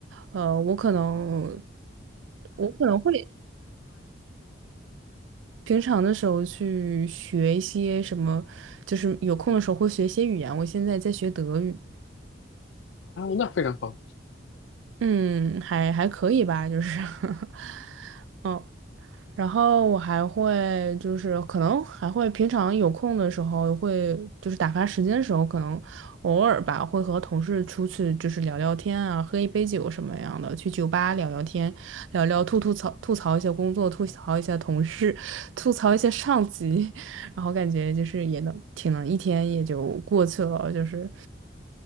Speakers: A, on the right; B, on the left.
A: 呃，我可能，我可能会平常的时候去学一些什么，就是有空的时候会学一些语言。我现在在学德语，
B: 那非常好。
A: 嗯，还还可以吧，就是，<laughs> 嗯。然后我还会就是可能还会平常有空的时候会就是打发时间的时候，可能偶尔吧会和同事出去就是聊聊天啊，喝一杯酒什么样的，去酒吧聊聊天，聊聊吐吐槽吐槽一下工作，吐槽一下同事，吐槽一下上级，<laughs> 然后感觉就是也能挺能一天也就过去了，就是